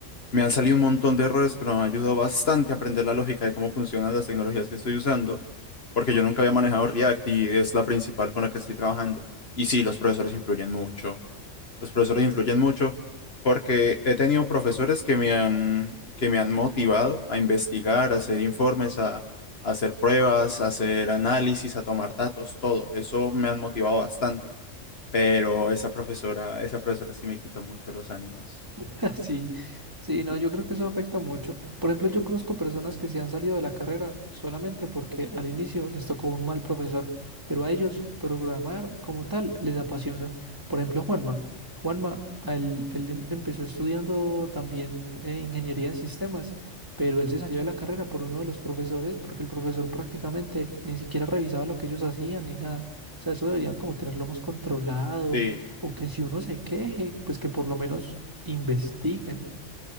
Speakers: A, on the left; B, on the right.
A: Me han salido un montón de errores, pero me ayudó bastante a aprender la lógica de cómo funcionan las tecnologías que estoy usando, porque yo nunca había manejado React y es la principal con la que estoy trabajando. Y sí, los profesores influyen mucho. Los profesores influyen mucho porque he tenido profesores que me han, que me han motivado a investigar, a hacer informes, a, a hacer pruebas, a hacer análisis, a tomar datos, todo. Eso me han motivado bastante, pero esa profesora, esa profesora sí me quitó mucho los ánimos.
B: <laughs> Sí, sí, no, yo creo que eso afecta mucho. Por ejemplo, yo conozco personas que se han salido de la carrera solamente porque al inicio les tocó un mal profesor, pero a ellos programar como tal les apasiona. Por ejemplo, Juanma. Juanma, a él, él em- empezó estudiando también eh, ingeniería en sistemas, pero él se salió de la carrera por uno de los profesores porque el profesor prácticamente ni siquiera revisaba lo que ellos hacían ni nada. O sea, eso deberían como tenerlo más controlado
A: Sí,
B: o
A: sí.
B: que si uno se queje, pues que por lo menos Investiguen,